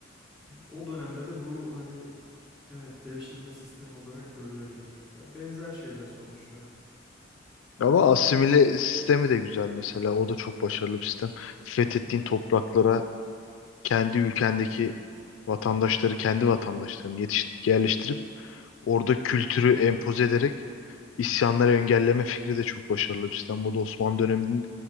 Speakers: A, in the centre; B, on the left.
A: O dönemde de bu hani Evet, devşirme sistemi olarak görülebilir. Ya benzer şeyler sonuçta.
B: Ama asimile sistemi de güzel mesela. O da çok başarılı bir sistem. Fethettiğin topraklara kendi ülkendeki vatandaşları, kendi vatandaşlarını yetiş- yerleştirip Orada kültürü empoze ederek isyanları engelleme fikri de çok başarılı bir sistem. Bu da Osmanlı döneminin